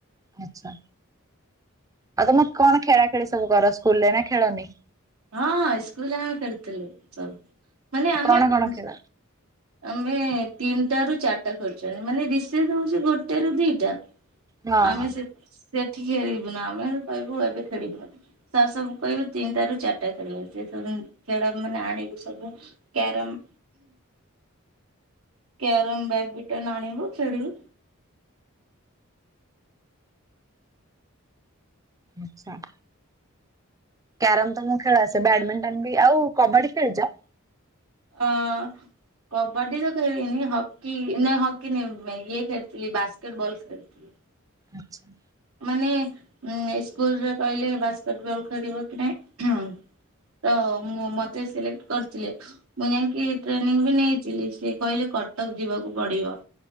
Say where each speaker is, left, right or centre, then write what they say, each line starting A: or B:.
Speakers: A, on the right; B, on the right.
A: ଆଚ୍ଛା, ଆଉ ତୋମେ କଣ ଖେଳା ଖେଳି ସବୁ କର ସ୍କୁଲ୍ ରେ ନା ଖେଳନି?
B: ହଁ ସ୍କୁଲ୍ ଯାଏଁ ଆମେ ଖେଳୁଥିଲୁ ସବୁ ମାନେ ଆମେ
A: କଣ କଣ
B: ଉଁ,
A: ଖେଳ?
B: ଆମେ ତିନିଟା ରୁ ଚାଟା ଖେଳୁଛେ ମାନେ ରିସେସ୍ ହଉଛି ଗୋଟେ ରୁ ଦିଟା।
A: ହଁ
B: ଆମେ
A: ହଁ
B: ସେ ସେଠି ଖେଳିବୁନୁ, ଆମେ କହିବୁ ଏବେ ଖେଳିବୁନୁ, ସାର୍ ସବୁ କହିବେ ତିନ ଟାରୁ ଚା ଟା ଖେଳ ହଉଚି, <unintelligible> ଖେଳ ମାନେ ଆଣିବି ସବୁ କ୍ୟାରମ୍ କ୍ୟାରମ୍, ବ୍ୟାଡ୍ ବିଟନ୍ ଆଣିବୁ ଖେଳିବୁ।
A: ଆଚ୍ଛା। କ୍ୟାରମ୍ ତୋମକୁ ଖେଳ ଆସେ, ବ୍ୟାଡମିଣ୍ଟନ୍ ବି, ଆଉ କବାଡି ଖେଳିଚ?
B: ଅ, କବାଡି ତ ଖେଳିନି, ହକି ନା ହକି ନିଉ- ମାଇ- ଇଏ ଖେଳିଥିଲି ବାସ୍କେଟବଲ୍ ଖେଳିଥିଲି।
A: ଆଚ୍ଛା।
B: ମାନେ ଉଁ, ସ୍କୁଲ୍ ରେ କହିଲେ ବାସ୍କେଟବଲ୍ ଖେଳିବ କି ନାଇଁଁ। ତ ମୁଁ ମୋତେ ସିଲେକ୍ଟ କରିଥିଲେ। ମୁଁ ଯାଇକି ଟ୍ରେନିଂ ବି ନେଇଥିଲି, ସିଏ କହିଲେ କଟକ ଯିବାକୁ ପଡିବ।